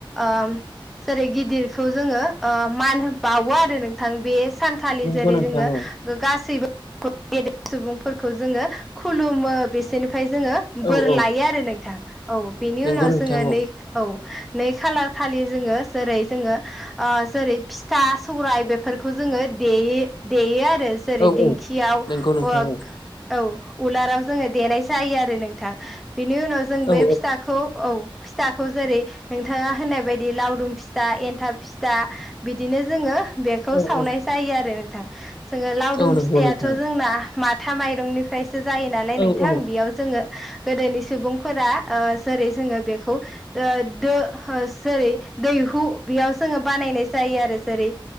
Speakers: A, in the centre; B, on the left.
A: ओ <unintelligible> जेरै गिदिरखौ जोङो ओ मान होनो बावो आरो नोंथां बे सानखालि
B: नंगौ
A: जेरै
B: नोंथां
A: जोङो
B: औ
A: गासैबो गेदेर सुबुंफोरखौ जोङो खुलुमो बिसोरनिफ्राय जोङो बोर
B: औ औ
A: लायो आरो नोंथां। औ बिनि
B: नंगौ
A: उनाव
B: नोंथां
A: जोङो
B: औ
A: नै औ नै खालार खालि जोङो जेरै जोङो ओ जेरै फिथा सौराय बेफोरखौ जों, जोङो देयो देयो आरो जेरै
B: औ
A: दिंखियाव
B: औ नंगौ
A: <unintelligible>
B: नोंथां औ
A: औ उलाराव जोङो देनाय जायो आरो नोंथां बेनि उनाव जों
B: औ
A: बे फिथाखौ औ, फिथाखौ जेरै नोंथाङा होननाय बायदि लावदुम फिथा एन्थाब फिथा बिदिनो जोङो बेखौ
B: औ औ
A: सावनाय
B: औ
A: जायो आरो नोंथां जोङो लावदुम
B: औ नंगौ
A: फिथायाथ'
B: नोंथां
A: जोंना मा थामाइरंनिफ्रायसो जायो नालाय नोंथां
B: औ औ
A: बेयाव जोङो गोदोनि सुबुंफोरा ओ जेरै जोङो बेखौ ओ दो ओ जेरै दैहु बेयाव जोङो बानायनाय जायो आरो जेरै